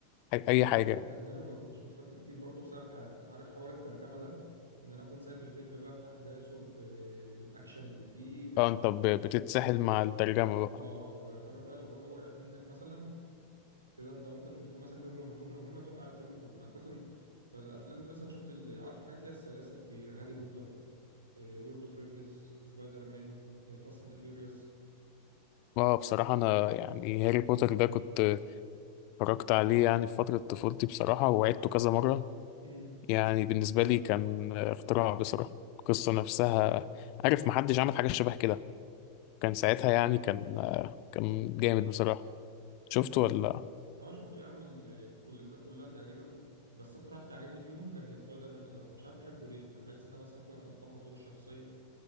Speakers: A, on the left; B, on the right.
A: ح-
B: بص
A: اي حاجة
B: هو انا في الاجنبي ما كنتش بتفرجت كتير برضه بسبب حاجه عارف حوار الترجمه ده ان انا اكون سايب الفيلم بقى باحداثه ب... بالاكشن اللي فيه بال...
A: اه انت ب- بتتسحل مع الترجمة بقى
B: اه وحوار بقى لو جمله وقعت منك مثلا كده انت ممكن تكون مثلا جمله جمله مهمه توقع الفيلم كله يعني كنت فالافلام دي مثلا شفت ال- عارف الحاجات اللي هي السلاسل الكبيره هاري بوتر آه، لورد اوف رينجز سبايدر مان آه، فاست اند فيوريوس
A: اه بصراحة انا يعني هاري بوتر ده كنت اتفرجت عليه يعني في فترة طفولتي بصراحة وعدته كذا مرة
B: امم
A: يعني بالنسبة لي كان اختراع بصراحة القصة نفسها عارف محدش عمل حاجة شبه كده كان ساعتها يعني كان كان جامد بصراحة شفت
B: ايوه
A: ولا
B: اه شفته يا عم ال- كل الاجزاء كلها تقريبا بس اكتر واحد في عجبني فيهم كان سبايدر مان بصراحه مش عارف بحبه ليه بحس ان انا مثلا ممكن اتقمص دور الشخصيه